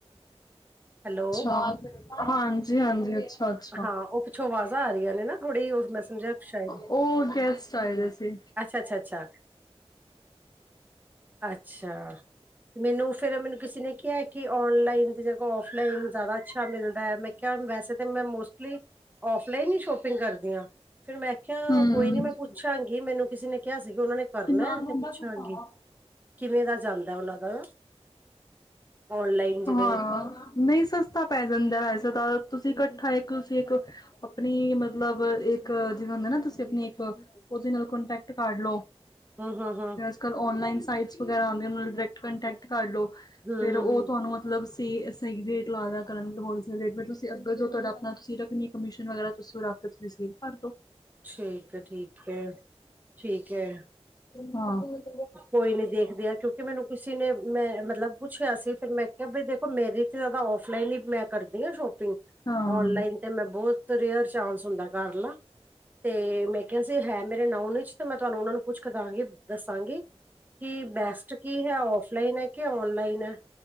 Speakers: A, on the right; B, on the left.
A: ਹੈਲੋ
B: ਹਾਂਜੀ -ਹਾਂਜੀ ਅੱਛਾ। ਅੱਛਾ
A: ਹਾਂ ਓ, ਪਿੱਛੋਂ ਆਵਾਜ਼ਾਂ ਆ ਰਹੀਆਂ ਨੇ, ਨਾ ਥੋੜੀ ਓ ਮੈਂ ਸਮਝੇਆ ਸ਼ਾਏਦ
B: ਓ ਗੈਸਟ ਆਏ ਹੋਏ ਸੀ।
A: ਅੱਛਾ-ਅੱਛਾ-ਅੱਛਾ, ਅੱਛਾ ਮੈਨੂੰ ਫੇਰ ਮੈਨੂੰ ਕਿਸੇ ਨੇ ਕਿਹਾ ਕਿ ਔਨਲਾਈਨ ਦੀ ਜਗ੍ਹਾ ਔਫਲਾਈਨ ਜ਼ਿਆਦਾ ਅੱਛਾ ਮਿਲਦਾ ਮੈਂ ਕਿਆ ਵੈਸੇ ਤਾਂ ਮੈਂ ਮੋਸਟਲੀ ਔਫਲਾਈਨ ਈ ਸ਼ੋਪਿੰਗ ਕਰਦੀ ਆ, ਫੇਰ ਮੈਂ ਖਿਆ
B: ਹਮ
A: ਕੋਈ ਨੀ ਮੈਂ
B: ਤੇ
A: ਪੁੱਛਾਂਗੀ ਮੈਨੂੰ ਕਿਸੇ ਨੇ ਕਿਹਾ ਸੀਗਾ ਉਹਨਾਂ ਨੇ ਕਰਨਾ
B: ਨਾਲ ਲੰਬਾ
A: ਤੇ ਪੁੱਛਾਂਗੀ।
B: ਸੁੱਕਾ ਵਾ
A: ਕਿਵੇਂ ਦਾ ਜਾਂਦਾ ਉਹਨਾਂ ਦਾ। ਔਨਲਾਈਨ ਜਿਵੇਂ
B: ਹਾਂ ਨਹੀਂ ਸਸਤਾ ਪੈ ਜਾਂਦਾ ਵੈਸੇ ਤਾਂ ਤੁਸੀਂ ਇਕੱਠਾ ਇੱਕ ਤੁਸੀਂ ਇੱਕ, ਆਪਣੀ ਮਤਲ ਮਤਲਬ ਇੱਕ ਜਿਵੇਂ ਹੁੰਦਾ ਨਾ ਤੁਸੀਂ ਆਪਣੀ ਇੱਕ, ਉਹਦੇ ਨਾਲ ਕੋਂਟੈਕਟ ਕਰ ਲਓ।
A: ਹੂੰ ਹੂੰ ਹੂੰ।
B: ਅੱਜਕੱਲ ਔਂਨਲਾਈਨ ਸਾਈਟਸ ਵਗੈਰਾ ਆਂਦੇ ਉਹਨਾਂ ਨਾ ਡਰੈਕਟ ਕਾਂਟੈਕਟ ਕਰ ਲੋ,
A: ਹੂੰ-ਹੂੰ-ਹੂੰ,
B: ਫਿਰ ਉਹ ਤੁਹਾਨੂੰ ਮਤਲਬ ਤੇ ਸਹੀ ਰੇਟ ਲਾ ਦਿਆ ਕਰਨਗੇ ਹੋਲਸੇਲ ਰੇਟ ਤੇ ਤੁਸੀਂ ਅਗਰ ਜੋ ਤੁਹਾਡਾ ਆਪਣਾ ਤੁਸੀਂ ਰੱਖਣੀ ਕਮਿਸ਼ਨ ਵਗੈਰਾ ਤੁਸੀਂ ਉਹ ਰੱਖ ਤੁਸੀਂ ਸੇਲ ਭਰ ਤੋਂ
A: ਠੀਕ ਐ ਠੀਕ ਐ, ਠੀਕ ਐ।
B: ਹਾਂ।
A: ਕੋਈ ਨੀ ਦੇਖਦੇ ਆ ਕਿਉਂਕਿ ਮੈਨੂੰ ਕਿਸੇ ਨੇ ਮੈਂ ਮਤਲਬ ਪੁੱਛਿਆ ਸੀ ਫਿਰ ਮੈਂ ਕਿਹਾ ਬਈ ਦੇਖੋ ਮੇਰੀ ਜ਼ਿਆਦਾ ਔਫਲਾਈਨ ਹੀ ਮੈਂ ਕਰਦੀ ਆ ਸ਼ੋਪਿੰਗ,
B: ਹਾਂ
A: ਔਨਲਾਈਨ ਤੇ ਮੈਂ ਬਹੁਤ ਰੇਅਰ ਚਾਂਸ ਹੁੰਦਾ ਕਰਲਾ, ਤੇ ਮੈਂ ਕਿਹਾ ਸੀ ਹੈ ਮੇਰੇ ਨਊਨ ਵਿੱਚ ਤੇ ਮੈਂ ਤੁਹਾਨੂੰ ਉਹਨਾਂ ਨੂੰ ਕੁਛ ਕਰਾਂਗੇ ਦੱਸਾਂਗੀ, ਕੀ ਬੈਸਟ ਕੀ ਹੈ ਔਫਲਾਈਨ ਏ ਕਿ ਔਨਲਾਈਨ ਐ।